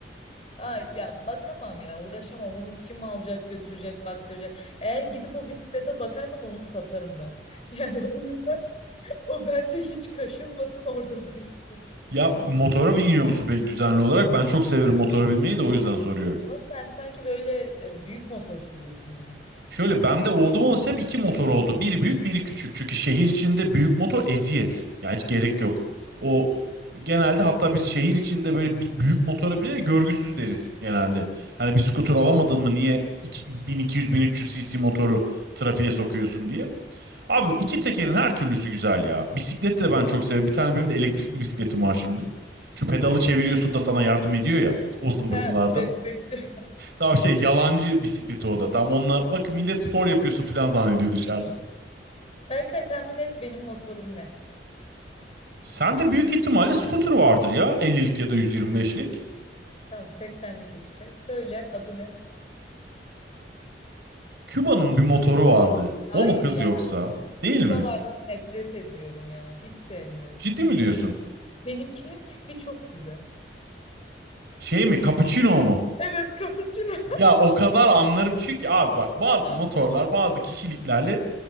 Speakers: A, on the left; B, on the right.
A: Ay ya bakamam ya uğraşamam onu kim alacak götürecek baktıracak. Eğer gidip o bisiklete bakarsam onu satarım ben. <laughs> Yani o yüzden o bence hiç kaşınmasın orada dursun.
B: Ya motora biniyor musun peki düzenli olarak? Ben çok severim motora binmeyi de o yüzden soruyorum.
A: Ama sen sanki böyle e, büyük motor sürüyorsun gibi.
B: Şöyle bende oldum olası hep iki motor oldu. Biri büyük biri küçük. Çünkü şehir içinde büyük motor eziyet. Ya hiç gerek yok. O genelde hatta biz şehir içinde böyle bir büyük motora binene görgüsüz deriz genelde. Hani bir skuter alamadın mı niye iki- 1200-1300 cc motoru trafiğe sokuyorsun diye. Abi
A: He,
B: iki tekerin her türlüsü güzel ya. Bisiklet de ben çok severim. Bir tane benim de elektrikli bisikletim var şimdi. Şu pedalı
A: he.
B: çeviriyorsun da sana yardım ediyor ya o zımbırtılarda.
A: He, destekli.
B: Tam şey yalancı bisikleti o da. Tam onunla bak millet spor yapıyorsun falan zannediyor dışarıda.
A: Berkay tahmin et benim motorum ne?
B: Sen de büyük ihtimalle scooter vardır ya 50'lik ya da 125'lik.
A: Tamam seksenlik işte. Söyle adı ne?
B: Küba'nın bir motoru vardı.
A: Hayır
B: O mu kız
A: ya.
B: yoksa? Değil
A: Kübalardan
B: mi?
A: nefret ediyorum ya. Hiç sevmiyorum.
B: Ciddi mi diyorsun?
A: Benimkinin tipi çok güzel.
B: Şey mi? Cappuccino mu?
A: Evet, cappuccino.
B: Ya o kadar anlarım çünkü abi bak bazı
A: Ha.
B: motorlar bazı kişiliklerle